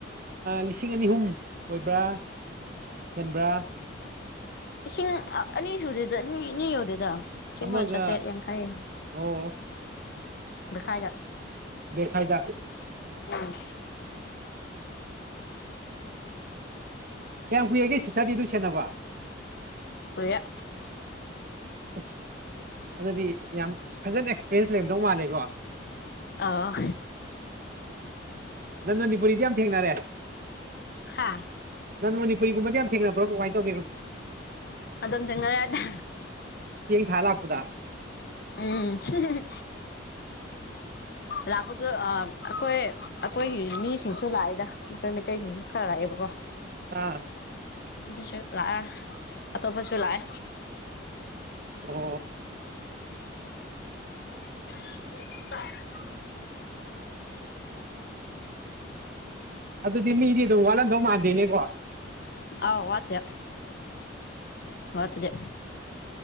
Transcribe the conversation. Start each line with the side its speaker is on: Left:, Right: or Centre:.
Right: ꯂꯤꯁꯤꯡ ꯑꯅꯤ ꯑꯍꯨꯝ ꯑꯣꯏꯕ꯭ꯔꯥ ꯍꯦꯟꯕ꯭ꯔꯥ
Left: ꯏꯁꯤꯡ ꯑꯅꯤ ꯁꯨꯗꯦꯗ ꯑꯅꯤ ꯑꯅꯤ ꯌꯧꯗꯦꯗ ꯁꯤꯃ
Right: ꯑꯃꯒ
Left: ꯆꯥꯇ꯭ꯔꯦꯠ ꯌꯥꯡꯈꯩ
Right: ꯑꯣ
Left: ꯂꯩꯈꯥꯏꯗ
Right: ꯕꯦꯛ ꯈꯥꯏꯗ
Left: ꯎꯝ
Right: ꯀꯌꯥꯝ ꯀꯨꯏꯔꯒꯦ ꯁꯤꯇꯔꯗꯤ ꯑꯗꯨꯝ ꯁꯦꯟꯅꯕ
Left: ꯑꯣꯏꯔ
Right: ꯑꯁ ꯑꯗꯨꯗꯤ ꯌꯥꯝ ꯐꯖꯅ ꯑꯦꯛꯁꯄꯔꯦꯟꯁ ꯂꯩꯕꯗꯧ ꯃꯥꯜꯂꯦꯀꯣ
Left: ꯑ
Right: ꯅꯟ ꯃꯅꯤꯄꯨꯔꯤꯗꯤ ꯌꯥꯝ ꯊꯦꯡꯅꯔꯦ
Left: ꯍꯥ
Right: ꯅꯟ ꯃꯅꯤꯄꯨꯒꯨꯝꯕꯗꯤ ꯌꯥꯝ ꯊꯦꯡꯅꯕ꯭ꯔꯣ ꯀꯃꯥꯏꯅ ꯇꯧꯒꯅꯣ
Left: ꯑꯗꯟ ꯊꯉꯔꯦꯗ
Right: ꯇꯝ ꯊ ꯍꯥꯜ ꯂꯥꯛꯄꯗ
Left: ꯎꯝ
Right: <inaudible>
Left: ꯂꯥꯛꯄꯗꯣ ꯑ ꯑꯩꯈꯣꯏ ꯑꯩꯈꯣꯏꯒꯤ ꯃꯤꯁꯤꯡꯁꯨ ꯂꯥꯛꯑꯦꯗ ꯑꯩꯈꯣꯏ ꯃꯩꯇꯩꯁꯤꯡꯁꯨ ꯈꯔ ꯂꯥꯛꯑꯦꯕꯀꯣ
Right: ꯑꯥ
Left: ꯑꯗꯨꯁꯨ ꯂꯥꯛꯑꯦ ꯑꯇꯣꯞꯄꯁꯨ ꯂꯥꯛꯑꯦ
Right: ꯑꯣ
Left: <inaudible>
Right: ꯑꯗꯨꯗꯤꯅꯤ ꯏ ꯑꯗꯨ ꯋꯥꯂꯟꯗꯧ ꯃꯥꯗꯦꯅꯦ ꯀꯣ
Left: ꯑꯥꯎ ꯋꯥꯇꯦ ꯋꯥꯠꯇꯗꯦ